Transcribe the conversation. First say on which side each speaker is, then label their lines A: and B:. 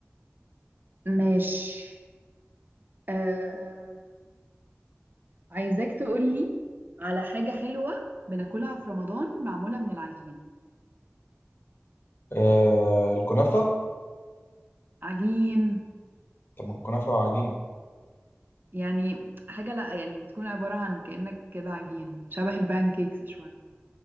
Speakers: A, on the right (about 45°); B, on the left (about 50°).
A: ماشي أم... عايزاك تقولي على حاجة حلوة بناكلها في رمضان معمولة من العجين
B: آه الكنافة
A: عجين
B: طب ما الكنافة عجينة
A: يعني حاجة لأ يعني بتكون عبارة عن كأنك كده عجين شبه البانكيكس شوية